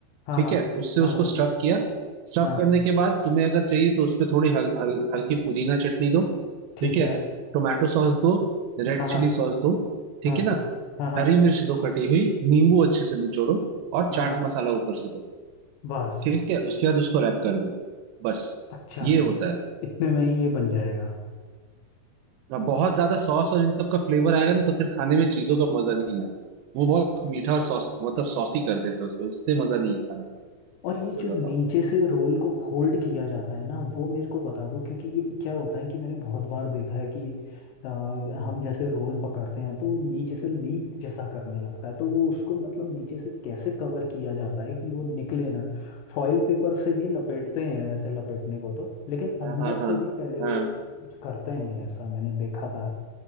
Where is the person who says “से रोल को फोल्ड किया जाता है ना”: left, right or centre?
Left